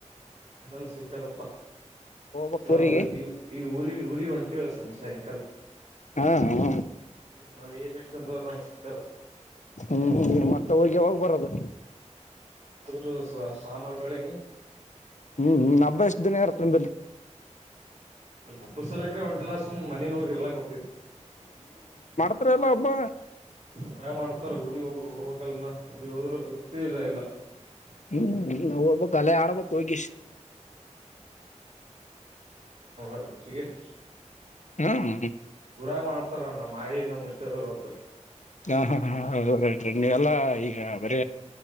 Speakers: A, on the right; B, on the left.
A: ಎಲ್ಲಮು ಸಿಕ್ಕದಪ್ಪಾ
B: ಹೋಗ್ಬಕ್
A: ನಾ
B: ಊರಿಗೆ
A: ಊರ್ ಈ ಈ ಊರಿಗ್ ಊ ರಿ ಹೊಂಟೀವ ಸಂ ಸಾಯಂಕಾಲ <inaudible>
B: ಹಾ ಹಾ
A: ಹ್ಮ್ ನಳೆ ಸೆಕ್ಷನ್ ತರ <inaudible> ಕ್ಕ <unintelligible>
B: ಹ್ಮ್ ನೀ ಮತ್ತೆ ಊರಿಗೆ ಯಾವಾಗ ಬರದು.
A: ಅದ್ರ ಸಾಮಾರು ಬೆಳಿಗ್ಗೆ.
B: ಹ್ಮ್ ಹಬ್ಬ ಎಷ್ಟ್ ದಿನ ಇರತ ನಿಂಬಲ್ಲಿ.
A: ಅಲ್ಲ ಹಬ್ಬ ಸಲಕ್ರೆ ಒಂಟ ಲಾ. ಸುಮ್ ಮನೆಗ್ ಹೋಗಿರ್ಲಾಕಂಟೀವಿ.
B: ಹತ್ರಲ್ಲ ಹಬ್ಬ.
A: ಮರ ಮಾಡ್ತಾರ ಊರಿಗೆಗ್ ಹೋಗ ಹೋಗ್ಬೇಕಲ್ನ ಊರಿಗೆ ಹೋದ್ರು ಇಲ್ಲತ್ತ ಇಲ್ಲ ಇಲ್ಲ <unintelligible>
B: ಹ್ಮ ನ ಕಾಲ ಆಡೋಬ ಕೈ ಕ <unintelligible>
A: <unintelligible>
B: ಹ್ಮ್
A: ಗುರುವರ್ ಮಾಡ್ತೀವಿ. ನಮ್ಮ ಆಯಿ ನಮ್ಮ ಮುುತ್ತ ಅದರ ಪ್ಪ.
B: ಹಾ ಹಾ ಹಾ ಹೌರರಿ ನೀವೆಲ್ಲಾ ಈಗ ಬರ